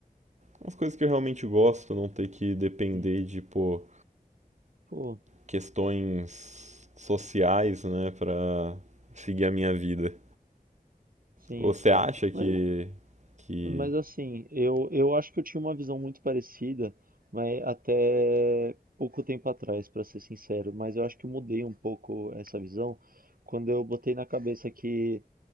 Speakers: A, on the right (about 50°); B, on the right (about 65°).
A: umas coisas que eu realmente gosto, não ter que depender
B: sim.
A: de, pô,
B: Pô,
A: questões sociais, né, para seguir a minha vida.
B: sim.
A: Você acha que
B: Mas,
A: que
B: mas assim, eu, eu acho que eu tinha uma visão muito parecida, mas até pouco tempo atrás, para ser sincero. Mas eu acho que eu mudei um pouco essa visão quando eu botei na cabeça que